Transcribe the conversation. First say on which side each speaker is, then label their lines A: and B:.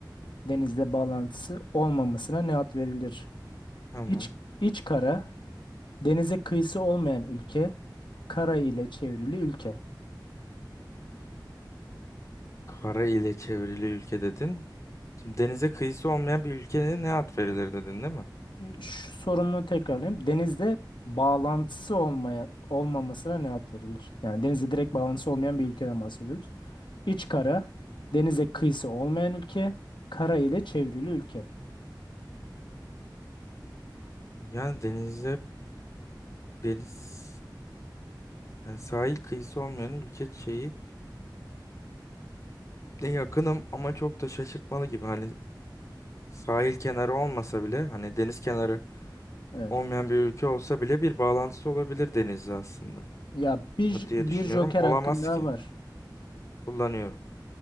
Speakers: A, on the left; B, on the left.
A: Denizle bağlantısı olmamasına ne ad verilir?
B: Tamam.
A: İç, iç kara, denize kıyısı olmayan ülke, kara ile çevrili ülke.
B: Kara ile çevrili ülke dedin. Şimdi denize kıyısı olmayan bir ülkeye ne ad verilir dedin değil mi?
A: Şu sorumu tekrarlayayım. Denizde bağlantısı olmaya olmamasına ne ad verilir? Yani denizde direkt bağlantısı olmayan bir ülkeden bahsediyoruz. İç kara, denize kıyısı olmayan ülke, kara ile çevrili ülke.
B: Yani denize deniz Yani sahil kıyısı olmayan ülke şeyi de yakınım ama çok da şaşırtmalı gibi. Hani sahil kenarı olmasa bile hani deniz kenarı
A: Evet.
B: olmayan bir ülke olsa bile bir bağlantısı olabilir denizle aslında
A: Ya bir
B: mı diye
A: bir
B: düşünüyorum.
A: joker
B: Olamaz
A: hakkın daha
B: ki.
A: var.
B: Kullanıyorum.